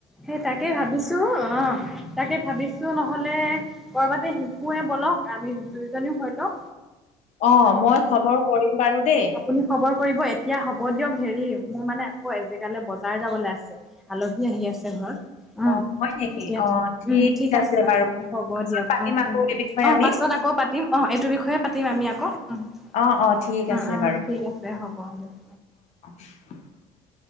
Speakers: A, in the centre; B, on the left.
A: সেই তাকে ভাবিছোঁ অহ। তাকে ভাবিছোঁ নহ'লে কৰ'বাতে শিকোৱে বলক, আমি দুইজনীও হৈ লওঁ।
B: অহ, মই খবৰ কৰিম বাৰু দেই।
A: আপুনি খবৰ কৰিব এতিয়া হ'ব দিয়ক হেৰি, মোৰ মানে আকৌ এজেগালে বজাৰ যাবলে আছে। আলহী আহি আছে ঘৰত উম।
B: অ', হয় নেকি?
A: এতিয়া উম,
B: অ',
A: ঠিক আছে
B: বাৰু।
A: হ'ব
B: পাছত
A: দিয়ক
B: পাতিম
A: অহ।
B: আকৌ
A: অ', অ'।
B: এই বিষয়ে
A: অহ,
B: আমি।
A: পাছত আকৌ পাতিম অহ, এইটো বিষয়ে পাতিম আমি আকৌ উম।
B: অ', অ', ঠিক
A: উম',
B: আছে
A: উম'
B: বাৰু।
A: ঠিক আছে হ'ব দিয়ক।
B: <unintelligible>